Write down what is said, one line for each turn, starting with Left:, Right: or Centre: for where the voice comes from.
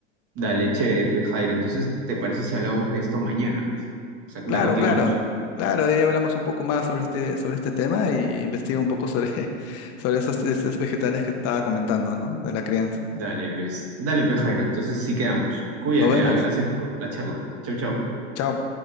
Right: dale, chévere, pues Jairo, entonces ¿te parece si hablamos de esto mañana, pues? O sea,
Left: Claro,
Right: la continuamos.
Left: claro, claro, ahí hablamos un poco más sobre este, sobre este tema y investigo un poco sobre, <laughs> sobre estos, estos vegetales que te estaba comentando, ¿no? De la crianza.
Right: Dale, pues. Dale, pues Jairo, entonces sí quedamos. Cuídate,
Left: Nos vemos.
Right: ¿ah? Gracias por la charla. Chau, chau.
Left: Chao.